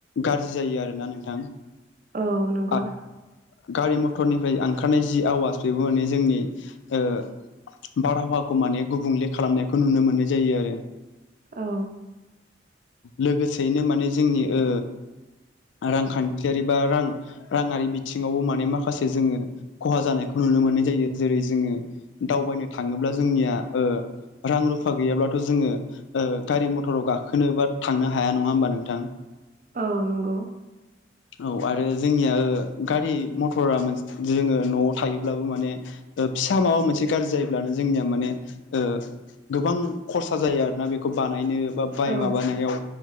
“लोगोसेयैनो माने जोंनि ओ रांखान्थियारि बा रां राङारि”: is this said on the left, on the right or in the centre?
Left